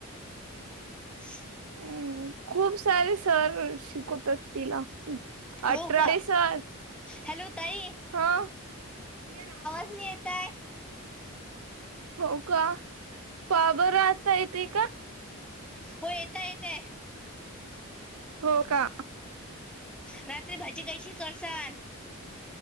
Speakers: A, in the centre; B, on the right.
A: <unintelligible>
B: हुं हुं खूप सारे सर शिकवतात तिला
A: हो
B: अठरावे
A: का
B: सर ताई
A: हॅलो ताई
B: हा क्लिअर आवाज
A: तुम्ही येताय.
B: हो का? पहा बर आता येतय का?
A: हो, येता येतय.
B: हो का?
A: रात्री भाजी कशी करसान